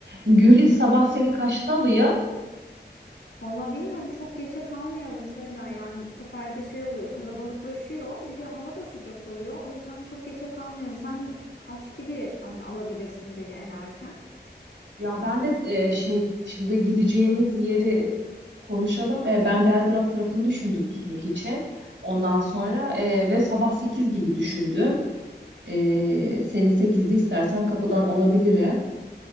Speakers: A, on the right; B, on the left.
A: Gülis sabah seni kaçta alıyor?
B: Vallahi bilmiyorum çok geçe kalmayalım Sevda yani bu sefer de şey oluyor kalabalıklaşıyor bir de hava da sıcak oluyor o yüzden çok geçe kalmayalım sen kaç gibi hani alabilirsin beni en erken?
A: Ya ben de e, şey şimdi gideceğimiz yeri konuşalım. E, ben Belgrad tarafını düşündüm piknik için. Ondan sonra e, ve sabah 8 gibi düşündüm. E, seni 8'de istersen kapıdan alabilirim.